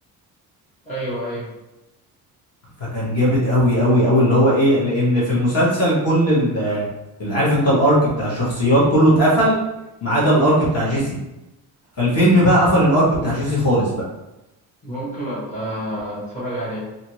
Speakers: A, on the left; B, on the left.
A: أيوه أيوه
B: فكان جامد قوي قوي قوي اللي هو ايه لان في المسلسل كل ال- اللي عارف انت الارك بتاع الشخصيات كله اتقفل ما عدا الارك بتاع
A: مم.
B: جيسي فالفيلم بقى قفل الارك
A: مم.
B: بتاع جيسي خالص بقى
A: ممكن أبقى أتفرج عليه